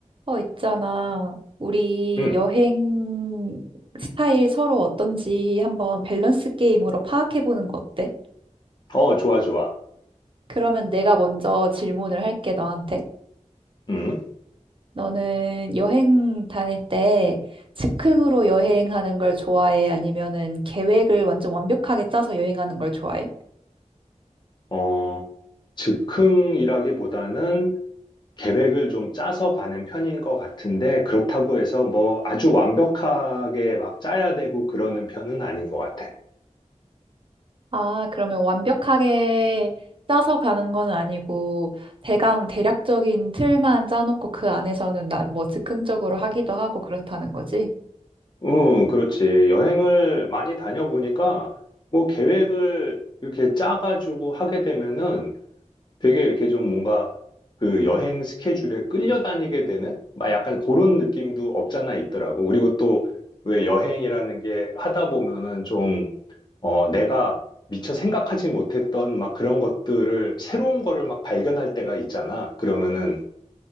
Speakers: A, on the right (about 45°); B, on the left (about 35°).
A: 어, 있잖아. 우리
B: 응.
A: 여행 스타일 서로 어떤지 한번 밸런스 게임으로 파악해보는 거 어때?
B: 어, 좋아, 좋아.
A: 그러면 내가 먼저 질문을 할게, 너한테.
B: 응.
A: 너는 여행 다닐 때 즉흥으로 여행하는 걸 좋아해? 아니면은 계획을 완전 완벽하게 짜서 여행하는 걸 좋아해?
B: 어, 즉흥이라기보다는 계획을 좀 짜서 가는 편인 것 같은데, 그렇다고 해서 뭐 아주 완벽하게 막 짜야 되고 그러는 편은 아닌 것 같아.
A: 아, 그러면 완벽하게 짜서 가는 건 아니고 대강 대략적인 틀만 짜놓고 그 안에서는 나를 뭐 즉흥적으로 하기도 하고 그렇다는 거지?
B: 응, 그렇지. 여행을 많이 다녀보니까, 뭐 계획을 이렇게 짜가지고 하게 되면은, 되게 이렇게 좀 뭔가 그 여행 스케줄에 끌려다니게 되는 막 약간 그런 느낌도 없잖아 있더라고. 그리고 또 왜 여행이라는 게 하다 보면은 좀 어, 내가 미처 생각하지 못했던 막 그런 것들을 새로운 거를 막 발견할 때가 있잖아. 그러면은